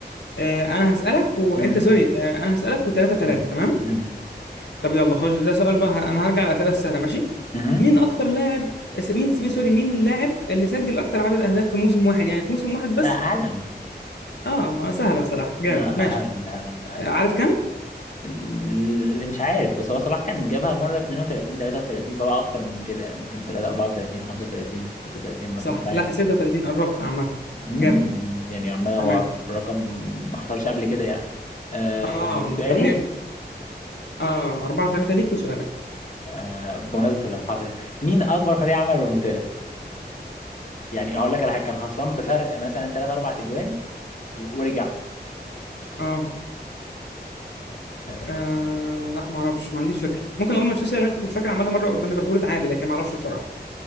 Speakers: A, on the left; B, on the left.
A: آه انا هسألك وانت
B: مهم.
A: سوري آه انا هسألك وتلاتة تلاتة
B: مهم.
A: تمام
B: مهم.
A: طب يلا خش ده سؤال بقى انا هرجع للأسئلة السهلة ماشي
B: مهم.
A: مين اكتر لاعب س- مين مين- سوري مين اللاعب اللي سجل اكتر عدد اهداف في موسم واحد يعني في موسم واحد بس
B: لا هالاند
A: اه ما سهله بصراحه
B: لا
A: جامد ماشي
B: هالاند هالاند هالاند
A: آه، عارف كام
B: اللي مش عارف بس هو صلاح كان جابها مرة 32 33 فهو أكتر من كده يعني ممكن 3 34 35 36 مثلا
A: صح
B: مش عارف
A: لا 36 قربت عامه
B: مم،
A: جامد
B: يعني عمال
A: تمام
B: هو رقم ما حصلش قبل كده يعني آه
A: اه
B: سؤالي
A: مستحيل اه 4 3 ليك وسؤالك
B: آه بمناسبة الأربعة تلاتة مين أكبر فريق عمل رومنتادا؟ يعني هقول لك على حاجة كان خسران بفرق مثلا 3 4 أجوان و- ورجع
A: اه
B: آه
A: آه، لا ما اعرفش ما عنديش فكره ممكن اقول مانشستر يونايتد مش فاكر عملها مره قدام ليفربول اتعادل لكن ما اعرفش بصراحه